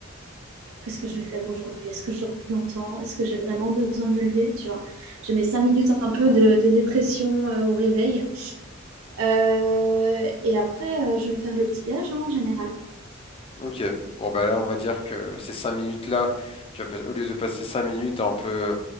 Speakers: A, on the right; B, on the left.
A: Qu'est-ce que je vais faire aujourd'hui? Est-ce que je dors plus longtemps? Est-ce que j'ai vraiment besoin de me lever? Tu vois, j'ai mes cinq minutes un peu de, de dépression euh, au réveil. Euh, et après, euh, je vais me faire le petit déj hein, en général.
B: Ok, bon bah là on va dire que ces cinq minutes là, tu vas pas- au lieu de passer cinq minutes à un peu